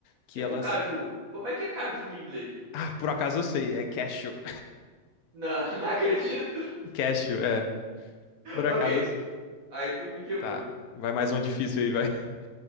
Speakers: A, on the left; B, on the right.
A: Que
B: Tipo,
A: elas.
B: caju. Como é que é caju em inglês?
A: Ah, por acaso eu sei. É cashew.
B: Não, <laughs> não acredito.
A: <laughs> Cashew, é. Por acaso
B: Ok,
A: eu sei.
B: aí tu me quebrou.
A: Tá. Vai mais uma difícil aí, vai. <laughs>